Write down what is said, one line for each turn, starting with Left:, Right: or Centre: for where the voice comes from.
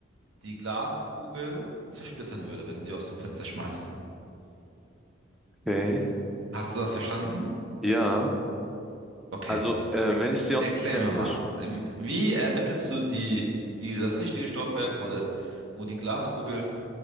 Right: die Glaskugel zersplittern würde, wenn du sie aus dem Fenster schmeißt.
Centre: Okay.
Right: Hast du das verstanden?
Centre: Ja.
Right: Okay.
Centre: Also, äh,
Right: Er
Centre: wenn ich sie aus
Right: erklär
Centre: dem Fenster.
Right: mir mal.
Centre: sch-
Right: Wie ermittelst du die, die, das richtige Stockwerk, wo, de, wo die Glaskugel